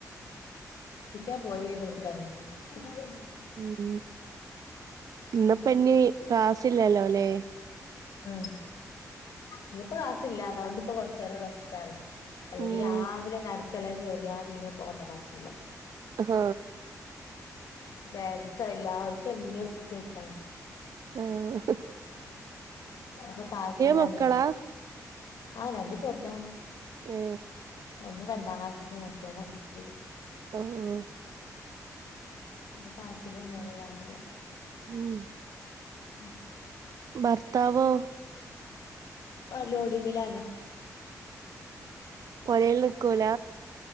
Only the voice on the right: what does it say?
ഉം ഇന്നിപ്പ ഇനി ക്ലാസ്സില്ലല്ലോ അല്ലേ
ഉം
ആ
ആ.... ഹ്
മക്കളാ
ഏ
ഓ ഓ
ഉം
ഭർത്താവോ
പുരൽ നിക്കല